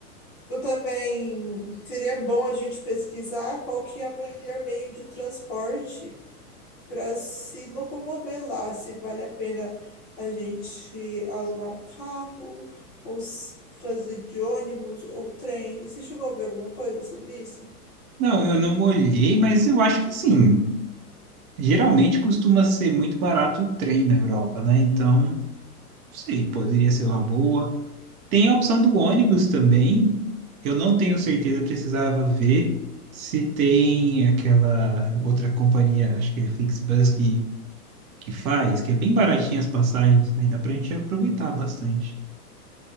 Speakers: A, on the left (about 20°); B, on the right (about 65°).
A: eu também seria bom a gente pesquisar qual que é o melhor meio de transporte para se locomover lá, se vale a pena a gente alugar um carro ou s- fazer de ônibus ou trem. Você chegou a ver alguma coisa sobre isso?
B: Não, eu não olhei, mas eu acho que sim. Geralmente costuma ser muito barato o trem na Europa, né? Então, não sei, poderia ser uma boa. Tem a opção do ônibus também. Eu não tenho certeza, precisava ver se tem aquela outra companhia, acho que é Flixbus, que, que faz, que é bem baratinha as passagens, né? Dá pra gente aproveitar bastante.